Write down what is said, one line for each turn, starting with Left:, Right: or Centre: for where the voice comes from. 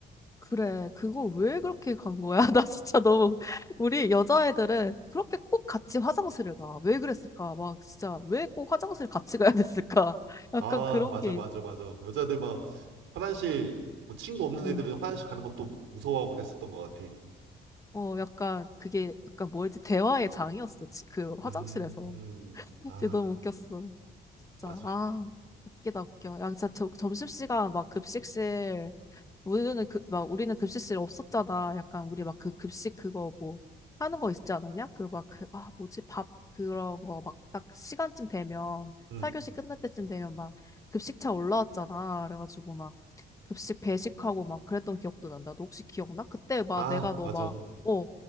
Left: 그래 그거 왜 그렇게 간 거야? <laughs> 나 진짜 너무 <laughs> 우리 여자애들은 그렇게 꼭 같이 화장실을 가. 왜 그랬을까? 막 진짜 왜 꼭 화장실 같이 가야 됐을까? <laughs> 약간
Right: 아,
Left: 그런
Right: 맞아,
Left: 게
Right: 맞아, 맞아. 여자들 막 화장실, 뭐 친구 없는
Left: 음.
Right: 애들은 화장실 가는 것도 무서워하고 그랬었던 것 같아.
Left: 어, 약간 그게 약간 뭐였지? 대화의 장이었어. 지- 그 화장실에서.
Right: 음,
Left: 진짜
Right: 아,
Left: 너무 웃겼어. 진짜
Right: 맞아.
Left: 아 웃기다 웃겨. 야 진짜 저 점심시간 막 급식실 우리는 그, 막 우리는 급식실 없었잖아. 약간 우리 막 그 급식 그거 뭐 하는 거 있지 않았냐? 그 막 그 아 뭐지 밥 그런 거 막 딱 시간쯤 되면
Right: 음,
Left: 4교시 끝날 때쯤 되면 막 급식차 올라왔잖아. 그래가지고 막 급식 배식하고 막 그랬던 기억도 난다. 너 혹시 기억나? 그때 막
Right: 아,
Left: 내가 너
Right: 맞아.
Left: 막, 어,